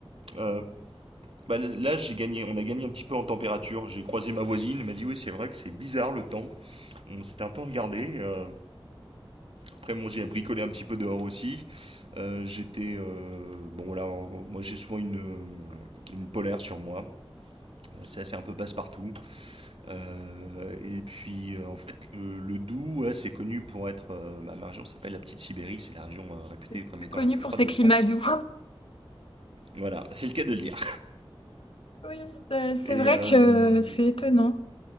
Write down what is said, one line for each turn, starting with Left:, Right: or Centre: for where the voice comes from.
Right: euh, bah, là, j'ai gagné, on a gagné un petit peu en température. J'ai croisé ma voisine, elle m'a dit, oui, c'est vrai que c'est bizarre le temps. on s'était un peu regardé. euh, après, bon, j'ai bricolé un petit peu dehors aussi. Euh, J'étais. euh, bon, voilà, en- moi j'ai souvent une, euh, une polaire sur moi. Euh, Ça, c'est un peu passe-partout. Euh, et puis, euh, en fait, le, le Doubs, ouais, c'est connu pour être. euh, bah, ma région s'appelle la Petite Sibérie. C'est la région euh, réputée
Left: C'est
Right: comme
Left: plus
Right: étant
Left: connu
Right: la plus
Left: pour
Right: froide
Left: ces
Right: de
Left: climats
Right: France.
Left: doux.
Right: Voilà, c'est le cas de le dire.
Left: Oui, bah, c'est
Right: Et.
Left: vrai
Right: euh,
Left: que c'est étonnant.